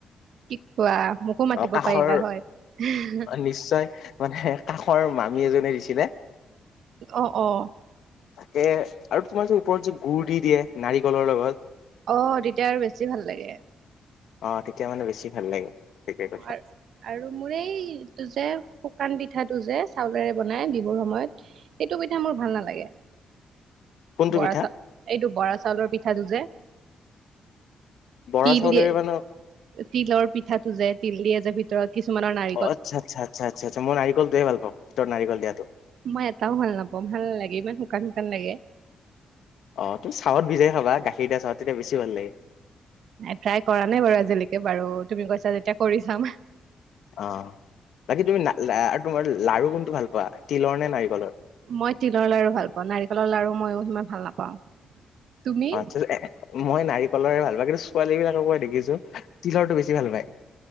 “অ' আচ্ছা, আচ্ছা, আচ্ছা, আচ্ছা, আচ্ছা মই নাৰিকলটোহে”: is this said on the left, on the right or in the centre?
Left